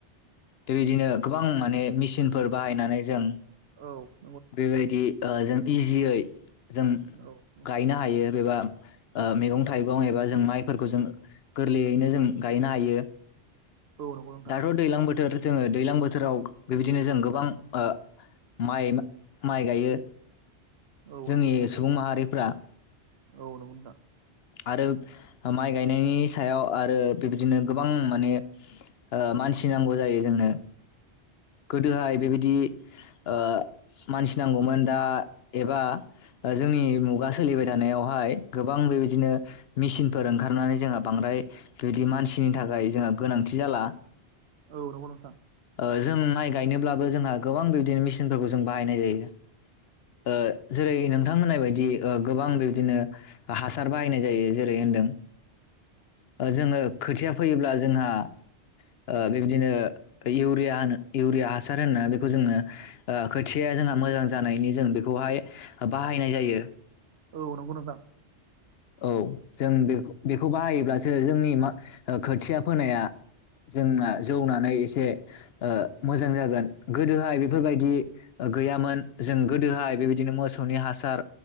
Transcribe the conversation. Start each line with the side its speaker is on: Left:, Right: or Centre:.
Left: बेबायदिनो गोबां माने मेचिनफोर बाहायनानै जों
Right: औ
Left: बेबायदि ओ जों इजियै जों
Right: औ नोंथां
Left: गायनो हायो एबा ओ मैगं थाइगं एबा जों माइफोरखौ जों गोरलैयैनो जों गायनो हायो।
Right: औ नंगौ नोंथां
Left: दाथ' दैज्लां बोथोर जोङो दैलां बोथोराव बेबायदिनो जों गोबां आ माइ माइ गायो
Right: औ
Left: जोंनि
Right: नंगौ नोंथां
Left: सुबुं माहारि फ्रा
Right: औ नंगौ नोंथां
Left: आरो माइ गायनायनि सायाव आरो बेबदिनो गोबां माने ओ मानसि नांगौ जायो जोंनो गोदोहाय बेबायदि ओ मानसि नांगौमोन दा एबा जोंनि मुगा सोलिबाय थानायावहाय गोबां बिबायदि दिनो मेसिनफोर ओंखारनानै जोंहा बांद्राय बिदि मानसिनि थाखाय जोंहा गोनांथि जाला
Right: औ नंगौ नोंथां
Left: ओ जों माइ गायनोब्लाबो जोंहा गोबां बिदिनो मेसिनफोरखौ जों बाहायनाय जायो। ओ जेरै नोंथां थां होननाय बायदि गोबां बेबदिनो हासार बाहायनाय जायो जेरै होन्दों। जोङो खोथिया फैयोब्ला जोंहा ओ बेबादिनो इउरिया होनो इउरिया हासार होनना बेखौ जोङो खोथिाया जोंहा मोजां जानायनि जों बेखौहाय बाहायनाय जायो।
Right: औ नोंगौनोथां।
Left: औ जों बे बेखौ बाहायोब्लासो जोंनि म खोथिया फोनाया जोंना जौनानै एसे मोजां जागोन गोदोहाय बेफोरबायदि गैयामोन जों गोदोहाय बेबायदिनो मोसौनि हासार